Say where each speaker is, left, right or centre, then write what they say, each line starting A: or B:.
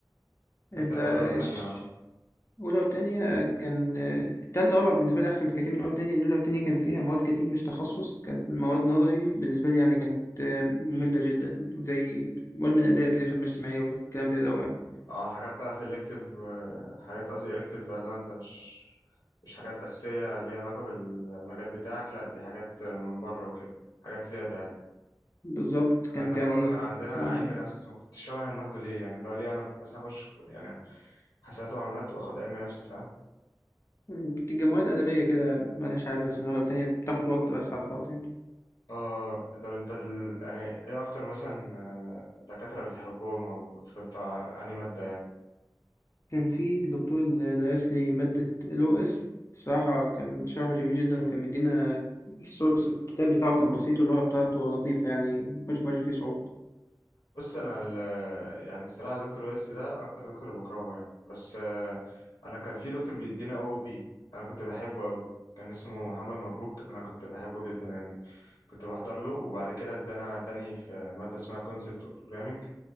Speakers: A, on the left; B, on the left.
A: انت
B: انت أولى
A: ايش
B: وتانية اه
A: اولى وتانية كان آه، تالتة ورابعة بالنسبة لي احسن بكتير من اولى وتانية ان اولى وتانية كان فيها مواد كتير مش تخصص كانت مواد نظري بالنسبة لي يعني كانت آه، مملة جدا زي مواد من اداب زي خدمة اجتماعية والكلام زي ده يعني.
B: اه حاجات بقى سيلكتيف حاجات قصدي إلكتيف بقى اللي هو انت مش مش حاجات أساسية ليها علاقة بالمجال بتاعك لا دي حاجات من بره وكده حاجات زيادة يعني
A: بالظبط كانت
B: انا فاكر
A: يعني
B: برضو كان
A: في-
B: عندنا
A: من-
B: علم نفس ما كنتش فاهم احنا بناخده ليه يعني اللي هو ليه انا مثلا اخش يعني حسابات ومعلومات واخد علم نفس فاهم
A: بتبقى مواد أدبية كده ملهاش عايزة في سنة ولا تانية بتاخد وقت بس على الفاضي يعني.
B: اه طب انت دل... يعني ايه اكتر مثلا آه، دكاترة بتحبهم او في بتاع انهي مادة يعني
A: كان في الدكتور اللي درس لي مادة ال OS الصراحة كان شرحه جميل جدا وكان مدينا السورس الكتاب بتاعه كان بسيط واللغة بتاعته لطيفة يعني مكنش بواجه فيه صعوبة
B: بص انا ال... يعني الصراحة دكتور ويس ده اكتر دكتور بكرهه يعني بس آه، انا كان في دكتور بيدينا او بي انا كنت بحبه قوي كان اسمه محمد مبروك انا كنت بحبه جدا يعني كنت بحضر له وبعد كده ادانا تاني في مادة اسمها concept of programming